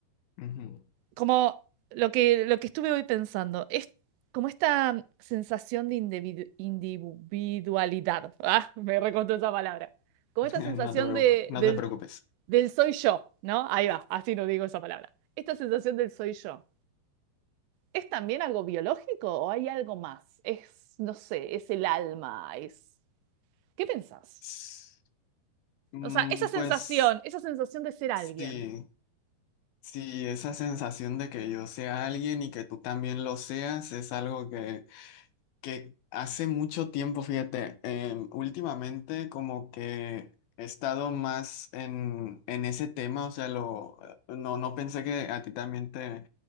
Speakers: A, on the left; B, on the right.
A: Ujú.
B: como lo que, lo que estuve hoy pensando, es como esta mm, sensación de individu- individualidad. <laughs> Ah, me recostó esa palabra. Como esta
A: <laughs>
B: sensación
A: No te preocu-
B: de, del,
A: no te preocupes.
B: del soy yo, ¿no? Ahí va, así no digo esa palabra. Esta sensación del soy yo. ¿Es también algo biológico o hay algo más? Es, no sé, es el alma, es... ¿Qué pensás?
A: S- mm,
B: O sea, esa
A: Pues
B: sensación, esa sensación de ser alguien.
A: sí, sí, esa sensación de que yo sea alguien y que tú también lo seas es algo que que hace mucho tiempo, fíjate, em, últimamente como que he estado más en, en ese tema, o sea, lo, eh, no, no pensé que a ti también te,